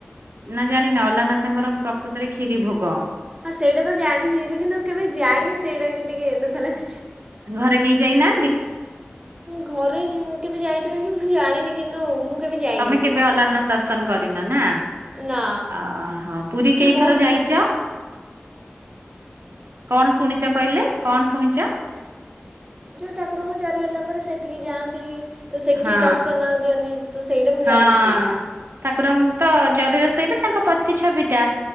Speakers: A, on the right; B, on the right.
A: ନା ଜାଣିନ ଅଲାରନାଥଙ୍କର ପ୍ରକୃତରେ କ୍ଷୀରି ଭୋଗ
B: ହଁ ସେଇଟା ତ ଜାଣିଛି ହେଲେ କିନ୍ତୁ କେବେ ଯାଇନି ସେଇଟା ଟିକେ ଦୁଃଖ ଲାଗୁଛି
A: ଘରେ କେହି ଯାଇନା
B: ଘରେ କେବେ ଯାଇଥିବେ କି ମୁଁ ଜାଣିନି କିନ୍ତୁ ମୁଁ କେବେ ଯାଇନି
A: ତମେ
B: କିନ୍ତୁ
A: କେବେ ଅଲାରନାଥ ଦର୍ଶନ କରିନ ନା
B: ନା
A: ଅହଁ ପୁରୀ
B: କିନ୍ତୁ
A: କେଇଥର
B: ବହୁତ
A: ଯାଇଛ
B: ଶୁ
A: କଣ ଶୁଣିଛ କହିଲେ କଣ ଶୁଣିଛ
B: ଯୋଉ ଠାକୁରଙ୍କୁ ଜର ହେଲା ପରେ ସେଠିକି ଯାଆନ୍ତି ତ ସେଠି
A: ହଁ
B: ଦର୍ଶନ ଦିଅନ୍ତି ତ ସେଇଟା ମୁଁ
A: ହଁ।
B: ଜାଣିଛି
A: ଠାକୁରଙ୍କ ତ ଜରରେ ଶୋଇବେ ତାଙ୍କ ପ୍ରତି ଛବି ଟା